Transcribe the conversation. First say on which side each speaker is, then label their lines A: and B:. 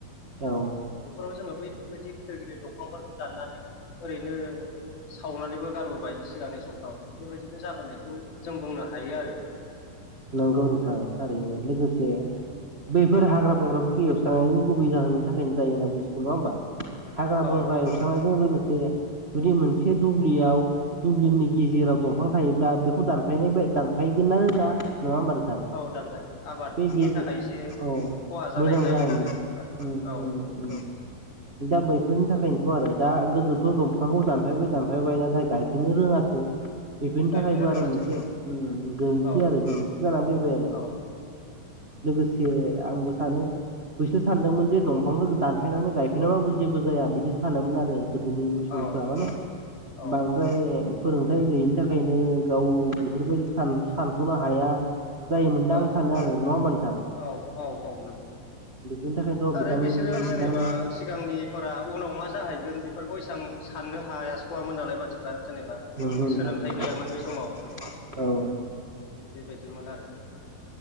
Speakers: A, on the right (about 35°); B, on the left (about 75°).
A: औ
B: बेफोराव जोङो बैफोरबायदि गिदिर गिदिर दफांफोरखौ दाननानै ओरैनो सावनानैबो गारबोबाय सिगांनि समफ्राव बेबायदिनो जाबोनायखौ जों बुंनो हायो आरो।
A: नंगौ नोंथां थारैनो लोगोसे। बैफोर हाग्रा बंग्राफोरखौ एवस्रांनायनि गुबै जाहोननि थाखायनो जायो होनना बुंनांसिगोन नङा होनबा। हाग्रा
B: औ
A: बंग्रा
B: औ
A: एवस्रांनायजों लोगोसे जुदि मोनसे दुब्लियाव दुब्लिनि गेजेराव दंफां थायोब्ला बेखौ दानफायनाय दानफायगोन सो नांगोनना नङा होमबा नोंथां
B: औ दानफायखौ आबादनि
A: बे गेजेर
B: थाखाय एसे
A: औ
B: खहा जानाय
A: मोजां
B: जायो
A: जानो।
B: नालाय जेनेबा
A: उम
B: औ
A: उम। दा मैफोरनि
B: बेबायदिनो
A: थाखायनोथ' आरो दा गोदोथ' दंफांखौ
B: औ
A: दानफायबाय दान फायबायाय नथाय गायफिननो रोङासै। बेफोरनि
B: गायफिननो
A: थाखायबो आरो
B: रोङासै
A: मोनसे गोरोन्थि
B: औ
A: आरो गोरोन्थि जानानै फैबाय आरो
B: औ
A: लोगोसे आंबो सानो। बैसोर सानदोंमोन जे दंफांखौ दानफायनानै गायफेरनायाबाबो जेबो जाया बिदि सानोमोन आरो गोदोनि सुबुंफोरा
B: औ
A: माने
B: औ
A: बांद्राय फोरोंथायाइ गैयिनि थाखायनो गाव बेफोरबायदि सानस'नो हाया। जायोमोनदां
B: औ
A: आं सानो आरो नङा होमबा नोंथां।
B: औ औ औ नंगौ
A: बेफोरनि थाखायनोथ'
B: आरो
A: बिथां
B: बिसोरो
A: बिथां
B: जेनेबा सिगांनिफोरा उनाव मा जाहैगोन बेफोरखौ एसेबां साननो हा स'वआोन नालाय मानसिफ जेनेबा
A: बुंनो
B: सोलोंथाइ
A: थाङो
B: गैयामोन बै समाव
A: औ।
B: बेबायदिमोन आरो।